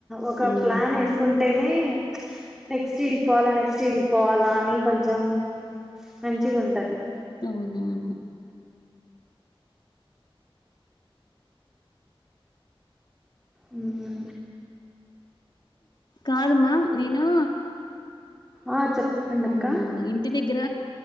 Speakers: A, in the centre; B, on the left.
A: ఒక
B: హ్మ్.
A: ప్లాన్ వేసుకుంటేనే నెక్స్ట్ ఈడికి పోవాలా నెక్స్ట్ ఈడికి పోవాల అని కొంచం మంచిగ ఉంటది
B: అవును అను
A: ఉహు
B: కాదుమా నేను
A: ఆ చెప్పండక్క
B: ఆ ఇంటి దగ్గర